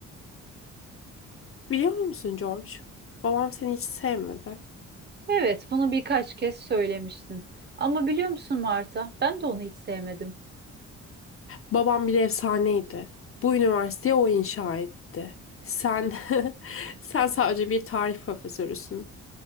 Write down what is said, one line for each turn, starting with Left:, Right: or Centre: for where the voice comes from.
Left: Biliyor musun George? Babam seni hiç sevmedi.
Right: Evet, bunu birkaç kez söylemiştin. Ama biliyor musun Marta, ben de onu hiç sevmedim.
Left: Babam bir efsaneydi. Bu üniversiteyi o inşa etti. Sen <laughs> sen sadece bir tarih profesörüsün.